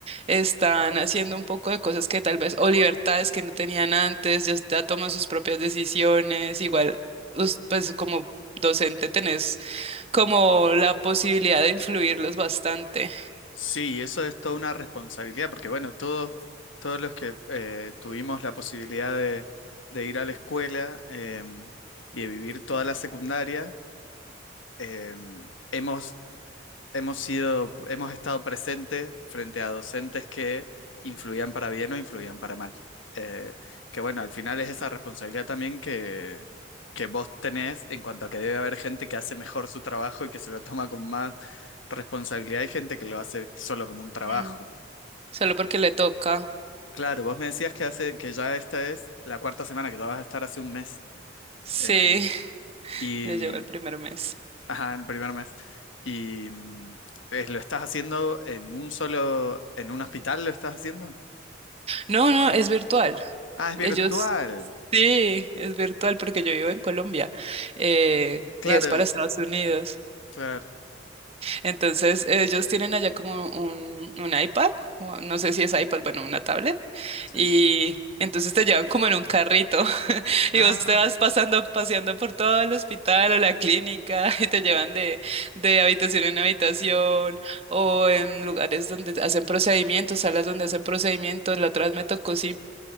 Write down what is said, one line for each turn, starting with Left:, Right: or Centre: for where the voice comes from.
Right: están haciendo un poco de cosas que tal vez, o libertades que no tenían antes, ya, ya toman sus propias decisiones, igual, us- pues como docente tenés como la posibilidad de influirlos bastante,
Left: Sí, eso es toda una responsabilidad, porque bueno, todos, todos los que eh, tuvimos la posibilidad de, de ir a la escuela em, y de vivir toda la secundaria, em, hemos, hemos sido, hemos estado presentes frente a docentes que influían para bien o influían para mal. Eh, que bueno, al final es esa responsabilidad también que, que vos tenés en cuanto a que debe haber gente que hace mejor su trabajo y que se lo toma con más responsabilidad y gente que lo hace solo como un trabajo.
Right: Mm. solo porque le toca.
Left: Claro, vos me decías que hace, que ya esta es la cuarta semana, que ya vas a estar hace un mes.
Right: Sí,
Left: eh,
Right: <laughs>
Left: y,
Right: ya llegó el primer mes.
Left: ajá, el primer mes. Y mm, eh, lo estás haciendo en un solo, en un hospital lo estás haciendo.
Right: No, no, es virtual.
Left: Ah, es virtual.
Right: Ellos, sí, es virtual porque yo vivo en Colombia eh,
Left: Claro,
Right: y es para Estados Unidos.
Left: claro,
Right: Entonces, ellos tienen allá como un, un iPad, o no sé si es iPad, bueno, una tablet,
Left: sí.
Right: y entonces te llevan como en un carrito <laughs> y
Left: Ah,
Right: vos te vas pasando, paseando por todo el hospital o la clínica <laughs> y te llevan de, de habitación en habitación o en lugares donde hacen procedimientos, salas donde hacen procedimientos. La otra vez me tocó, sí,